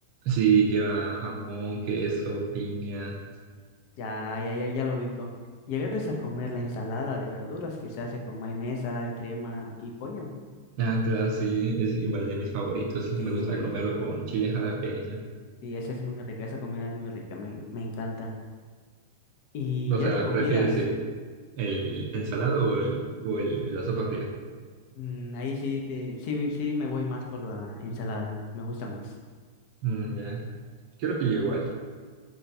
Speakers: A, on the right; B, on the left.
A: Sí, lleva jamón, queso, piña.
B: Ya, ya, ya, ya lo ubico. Llegaste a comer la ensalada de verduras que se hace con mayonesa, crema y pollo.
A: Ah, claro, sí, es igual de mis favoritos. Me
B: Sí,
A: gustaba comerlo con chile jalapeño.
B: sí, esa es muy rica, esa comida es muy rica, me, me encanta. Y
A: O
B: ya
A: sea,
B: de comidas,
A: ¿prefieres el, el ensalado o, el, o el- la sopa fría?
B: mm, ahí sí, te, sí, sí me voy más por la ensalada, me gusta más.
A: Mm, ya, creo que yo igual.